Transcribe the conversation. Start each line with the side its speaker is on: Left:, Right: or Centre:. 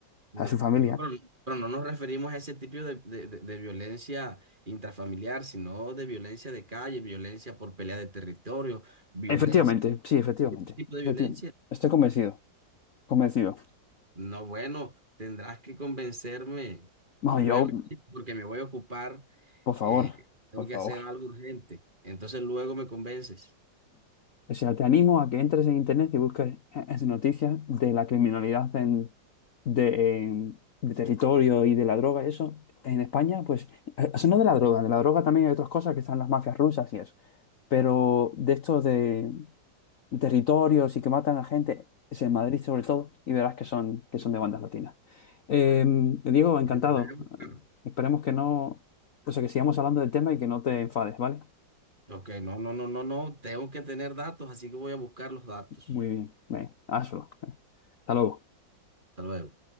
Right: No,
Left: a su familia.
Right: no, pero, pero no nos referimos a ese tipo de, de- de- de violencia intrafamiliar, sino de violencia de calle, violencia por pelea de territorio, violencia,
Left: Efectivamente, sí, efectivamente.
Right: de ese tipo de violencia.
Left: Efectivamente. Estoy convencido, convencido.
Right: No, bueno, tendrás que convencerme
Left: No,
Right: luego,
Left: yo,
Right: sí, porque me voy a ocupar,
Left: por favor,
Right: eh, tengo
Left: por
Right: que
Left: favor.
Right: hacer algo urgente. Entonces luego me convences.
Left: O sea, te animo a que entres en internet y busques eh, eh, noticias de la criminalidad en, de, en- de territorio y de la droga y eso. En España, pues, eh, eso no de la droga, de la droga también hay otras cosas que están las mafias rusas y eso. Pero de estos de, de territorios y que matan a gente, es en Madrid sobre todo, y verás que son, que son de bandas latinas. Eh,
Right: Bueno,
Left: Diego, encantado.
Right: me animaré a buscar.
Left: Eh, Esperemos que no, o sea, que sigamos hablando del tema y que no te enfades, ¿vale?
Right: Ok, no, no, no, no, no, tengo que tener datos, así que voy a buscar los datos.
Left: Muy bien, ven, hazlo. Hasta luego.
Right: Hasta luego.